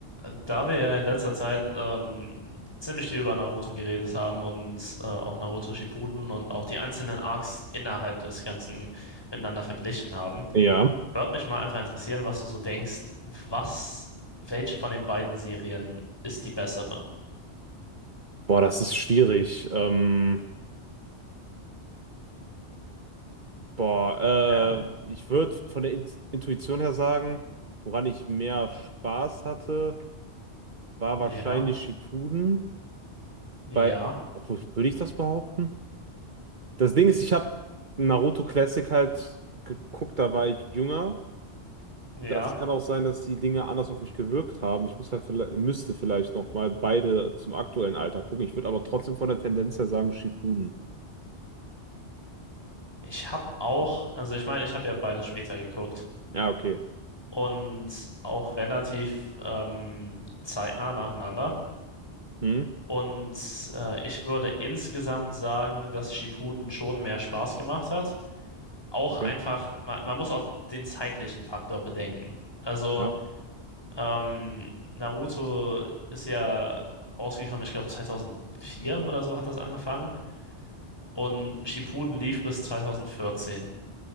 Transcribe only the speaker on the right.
Ja,
boah, das ist schwierig. Ähm, boah,
äh, ich würde von der Int- Intuition her sagen, woran ich mehr Spaß hatte, war
wahrscheinlich Shippuden,
weil, obwohl, würde ich das behaupten? Das Ding ist, ich habe Naruto Classic halt geguckt, da war ich jünger.
Das kann auch sein, dass die Dinge anders auf mich gewirkt haben. Ich muss halt, vielleicht- müsste vielleicht noch mal beide zum aktuellen Alter gucken. Ich würde aber trotzdem von der Tendenz her sagen Shippuden.
Ja, okay.
Hm,
okay.
Ja,